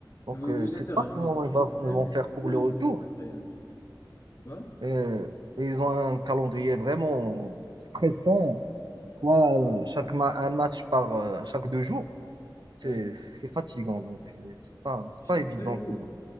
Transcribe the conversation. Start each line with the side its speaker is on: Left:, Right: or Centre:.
Right: Donc,
Left: Oui,
Right: euh,
Left: oui,
Right: je ne
Left: l'Inter
Right: sais
Left: a
Right: pas
Left: joué
Right: comment
Left: plus,
Right: ils, va-
Left: plus,
Right: ils vont faire pour
Left: plus
Right: le retour.
Left: mieux que le Real. Quoi?
Right: Euh, ils ont un calendrier vraiment stressant. Trois, euh, chaque ma- un match par euh, chaque deux jours, c'est
Left: Oui.
Right: c'est fatigant. Donc, c'est c'est pas, c'est
Left: Chaque
Right: pas évident
Left: deux jours.
Right: pour